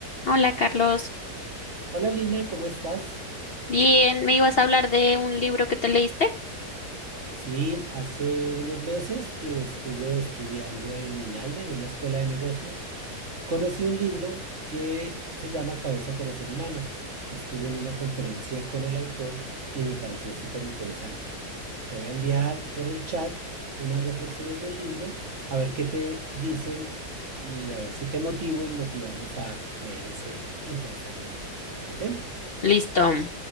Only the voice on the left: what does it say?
Hola Carlos,
bien, ¿me ibas a hablar de un libro que te leíste?
Listo.